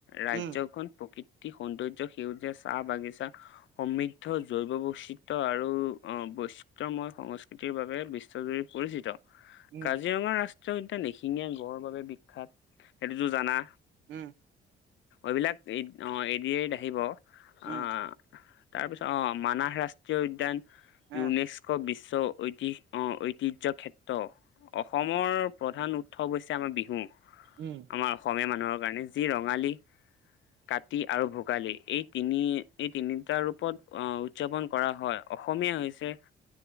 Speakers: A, on the left; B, on the right.
A: ৰাজ্যখন
B: উম,
A: প্ৰকৃত সৌন্দৰ্য সেউজীয়া চাহ বাগিচা সমৃদ্ধ জৈৱ বৈচিত আৰু। পিত্ৰময় সংস্কৃতিৰ বাবে বিশ্বজুৰি পৰিচিত।
B: উম,
A: কাজিৰঙা ৰাষ্ট্ৰীয় উদ্যয়ান নিশিঙীয়া গড়ৰ বাবে বিখ্যাত সেইটোতোৰ জানা।
B: উম।
A: এইবিলাক এদি এৰি আহিব। তাৰপিছত
B: উম,
A: অ মানাহ ৰাষ্ট্ৰীয় উদ্যান
B: আ,
A: ইউনেস্কো বিশ্ব ঐতিহ অ' ঐতিহ ঐতিৰ্যক্ষেত্ৰ অসমৰ প্ৰধান উৎসৱ হৈছে আমাৰ বিহু।
B: উম,
A: আমাৰ অসমীয়া মানুহৰ কাৰণে যি ৰঙালী কাতি আৰু ভোগালী এই তিনি এই তিনিটা ৰূপত আহ উদযাপন কৰা হয় অসমীয়া হৈছে